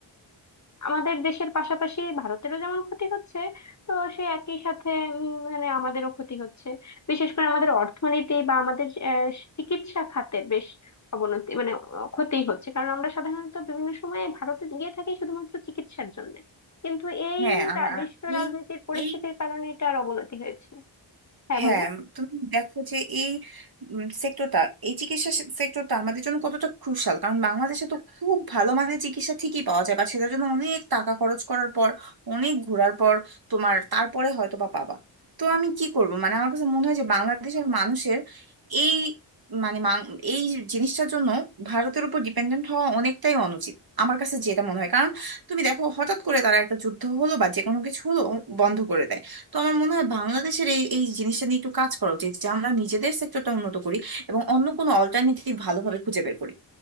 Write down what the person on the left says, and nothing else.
আমাদের দেশের পাশাপাশি ভারতেরও যেমন ক্ষতি হচ্ছে তো সেই একই সাথে উম, মানে আমাদেরও ক্ষতি হচ্ছে বিশেষ করে আমাদের অর্থনীতি বা আমাদের আহ, চিকিৎসা খাতের বেশ অবনতি মানে আহ, ক্ষতি হচ্ছে কারণ আমরা সাধারণত বিভিন্ন সময়ে ভারতে গিয়ে থাকি শুধুমাত্র চিকিৎসার জন্য কিন্তু এই
রা-
বিশ্ব রাজনীতির
পরিস্থিতির
কারণে এটার অবনতি হয়েছে হ্যাঁ
বলো